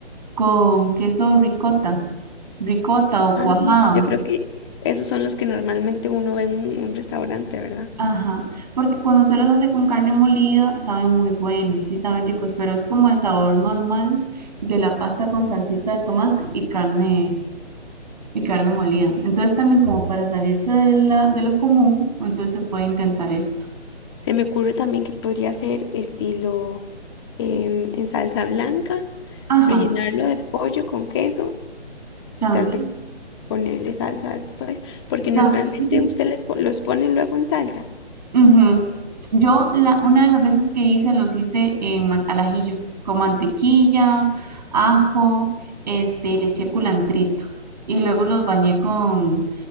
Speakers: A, on the right; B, on the left.
A: con queso ricota, ricota o
B: Ah,
A: cuajada.
B: yo creo que esos son los que normalmente uno ve en un, un restaurante, ¿verdad?
A: Ajá, porque cuando se los hace con carne molida, saben muy buenos, sí saben ricos, pero es como el sabor normal de la pasta con salsita de tomate y carne, y carne molida. Entonces también como para salirse de la, de lo común, entonces se puede intentar esto.
B: Se me ocurre también que podría ser estilo em, en salsa blanca,
A: Ajá,
B: rellenarlo de pollo con queso y
A: también,
B: tal vez ponerle salsa después, porque
A: también.
B: normalmente usted les po- los pone luego en salsa,
A: Ujú. Yo la, una de las veces que hice los hice en man- al ajillo, con mantequilla, ajo, este, le eché culantrito y luego los bañé con,